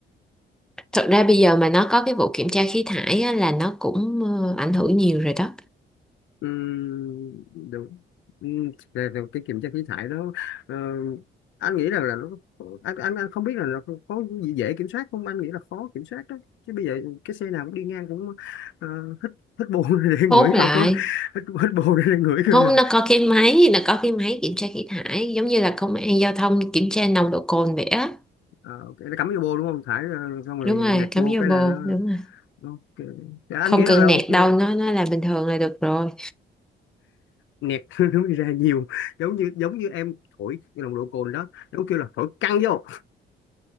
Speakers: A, in the centre; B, on the left.
A: thật ra bây giờ mà nó có cái vụ kiểm tra khí thải á, là nó cũng ờ, ảnh hưởng nhiều rồi đó
B: Ừm, được Ừm, rồi- rồi cái kiểm tra khí thải đó ờ, anh nghĩ rằng là nó anh, anh anh không biết là nó có gì dễ kiểm soát không anh nghĩ là khó kiểm soát đó chứ bây giờ cái xe nào cũng đi ngang cũng ờ, hít hít bô <laughs> để ngửi
A: hốt lại
B: coi có hít, hít bô <laughs> để ngửi coi
A: không
B: là
A: nó có cái máy nó có cái máy kiểm tra khí thải giống như là công an giao thông kiểm tra nồng độ cồn vậy á
B: ờ, ok, nó cắm vô bô đúng không thải ờ, xong rồi
A: đúng rồi
B: nẹt
A: cắm
B: bô cái
A: vô bồ
B: là nó
A: đúng rồi
B: ok dạ, anh
A: không
B: nghĩ rằng
A: cần
B: là ok
A: nẹt đâu nó nó là bình thường là được rồi
B: nhạc <laughs> nó mới ra nhiều giống như giống như em thổi cái nồng độ cồn đó nó kêu là thổi căng vô